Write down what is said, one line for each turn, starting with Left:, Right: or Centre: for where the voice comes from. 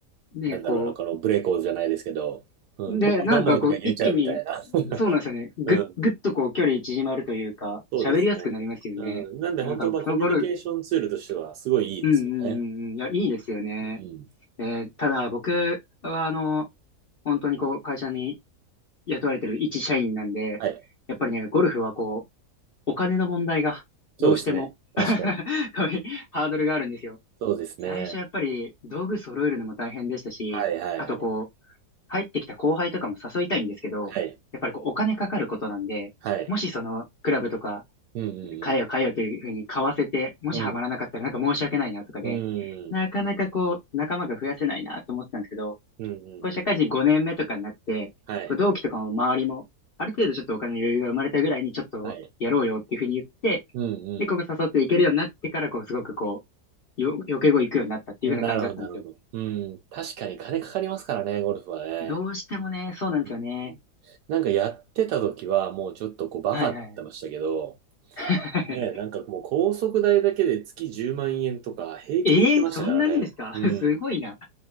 Left: ね、
Right: なんだろうな、
Left: こ
Right: このブレイコーじゃないですけど、うん。
Left: う、
Right: どんまいどんまいとか言えちゃうみたいな。
Left: で、なんかこう、一気に、そうなんですよね、ぐっ、
Right: うん。
Left: ぐっとこう、距離縮まるというか、
Right: そうですね。
Left: 喋りやすくなりますよね。
Right: うん。なんで本当、
Left: なんか、
Right: まあ、コミュニケーションツールとしては、
Left: そのゴルフ、
Right: すごいいいですよね。
Left: うんうんうんうん、いや、いいですよね。
Right: うん。
Left: えーただ僕は、あの、本当にこう、会社に雇われてる一社員なんで、
Right: はい。
Left: やっぱりね、ゴルフはこう、お金の問題がどうしても
Right: そうですね。確かに。
Left: <laughs> こういうハードルがあるんですよ。
Right: そうですね。
Left: 最初やっぱり道具揃えるのも大変でしたし、
Right: はいはいはい。
Left: あとこう、入ってきた後輩とかも誘いたいんですけど、
Right: はい。
Left: やっぱりこう、お金かかることなんで、
Right: はい。
Left: もしその、クラブとか、
Right: うんうん
Left: 買えよ買えよというふうに買わせて、もしハマらなかったらなんか申し訳ないなとかで、
Right: うん。うん。うん
Left: なかなかこう、仲間が増やせないなと思ってたんですけど、
Right: うんうんうん。
Left: こう社会人5年目とかになって、
Right: はい。
Left: こう同期とかも周りも、ある程度ちょっとお金の余裕が生まれたぐらいにちょっとやろうよっていうふうに言って、
Right: はい。うん
Left: で、ここ誘っていけるようになってから、こうすごくこう、よ、余計語行くようになったっていうふうな感じだったんですよ。
Right: うん。なるほどなるほど。うん。確かに金かかりますからね、ゴルフはね。
Left: どうしてもね、そうなんですよね。
Right: うん、なんかやってた時はもうちょっとこうバカになってましたけど、
Left: はいはいはい。<laughs>
Right: ね、なんかもう高速代だけで月10万円とか平気で言ってましたからね。
Left: えー、そんなにですか
Right: うん。
Left: <laughs> すごいな。